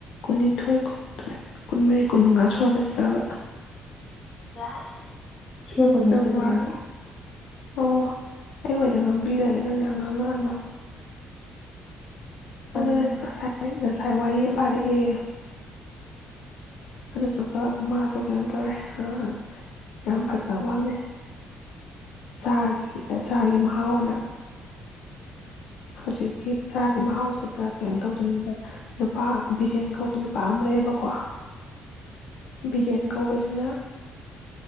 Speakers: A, on the left (about 80°); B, on the left (about 40°).
A: ꯀꯨꯟꯅꯤꯊꯣꯏ ꯀꯨꯟꯅꯤꯊꯣꯏ ꯀꯨꯟꯃꯔꯤ ꯀꯨꯟꯃꯉꯥ ꯁꯨꯍꯜꯂꯁꯤꯔꯕ
B: ꯍ ꯁꯤꯒꯒꯅꯤ
A: ꯅꯪ
B: ꯊꯣꯏꯁꯨꯗꯕ
A: ꯋꯥꯔ ꯑꯣ ꯑꯩ ꯑꯣꯏꯅ ꯉꯥꯡꯕꯤꯔꯒꯦ ꯅꯪ ꯌꯥꯝ ꯉꯥꯡꯉꯛꯑꯅꯨ ꯑꯗꯨꯥꯏ
B: ꯎꯝ
A: ꯉꯁꯥꯏ ꯋꯥꯔꯤ ꯑꯃ ꯄꯥꯔꯛꯑꯦ ꯑꯗꯨꯗꯨꯒꯃꯥꯗꯣ ꯀꯩꯅꯣ ꯇꯧꯔꯦ ꯑꯥ ꯌꯥꯝ ꯐꯖꯕ ꯋꯥꯂꯦ ꯆꯥꯒꯤ ꯑꯆꯥꯥꯒꯤ ꯃꯍꯥꯎꯅ ꯍꯧꯖꯤꯛꯀꯤ ꯏꯁꯥꯒꯤ ꯃꯍꯥꯎꯁꯤꯗ ꯀꯩꯅꯣ ꯇꯧꯅꯤꯡꯉꯤꯕ ꯅꯨꯄꯥ ꯕꯤꯔꯌꯥꯟ ꯀꯧꯕ ꯅꯨꯄꯥ ꯑꯃ ꯂꯩꯌꯦꯕꯀꯣ ꯕꯤꯔꯌꯥꯅꯤ ꯊꯥꯎꯕꯗꯤꯅ